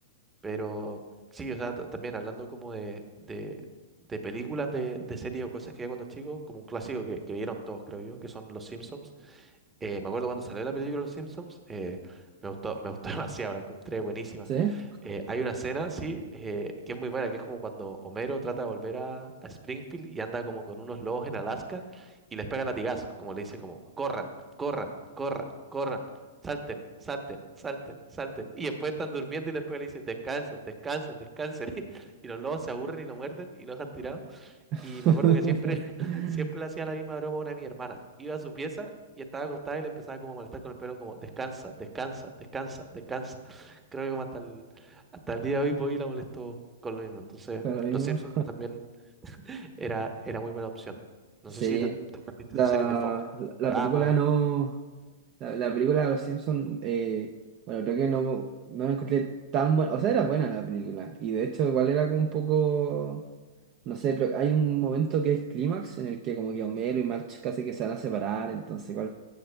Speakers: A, on the right (about 15°); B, on the right (about 35°).
A: pero sí, o sea, ta- también hablando como de, de, de películas de, de series o cosas que vi cuando chico, como un clásico que, que vieron todos, creo yo, que son Los Simpsons. Eh, me acuerdo cuando salió la película Los Simpsons, eh, me gustó, me gustó <laughs> demasiado, la encontré buenísima.
B: sí.
A: Eh, hay una escena, sí, eh, que es muy buena, que es como cuando Homero trata de volver a, a Springfield y anda como con unos lobos en Alaska y les pega latigazos, como le dice como, corran, corran, corran, corran, salten, salten, salten, salten. Y después están durmiendo y después le dice, descansen, descansen, descansen. <laughs> Y los lobos se aburren y lo muerden y lo dejan tirado.
B: <laughs>
A: Y me acuerdo que siempre, <laughs> siempre le hacía la misma broma a una de mi hermana. Iba a su pieza y estaba acostada y le empezaba como a molestar con el pelo, como descansa, descansa, descansa, descansa. <laughs> Creo que como hasta el, hasta el día de hoy voy y la molesto con lo mismo. Entonces,
B: Pero lo mismo.
A: Los Simpsons también era, era muy buena opción. No
B: Sí.
A: sé si te, también viste
B: La,
A: esa serie de Fox,
B: la,
A: Futurama.
B: la película no. La, la película de Los Simpsons, eh, bueno, creo que no, no la encontré tan buena. O sea, era buena la película. Y de hecho, igual era como un poco. No sé, pero hay un momento que es clímax en el que como que Homero y March casi que se van a separar, entonces igual